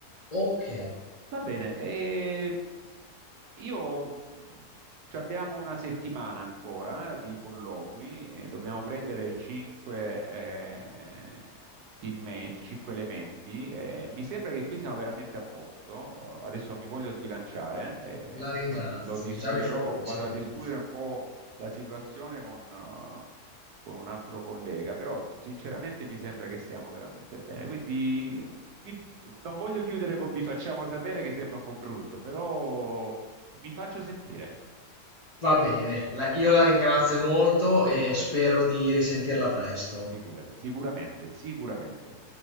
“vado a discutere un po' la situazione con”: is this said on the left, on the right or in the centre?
Right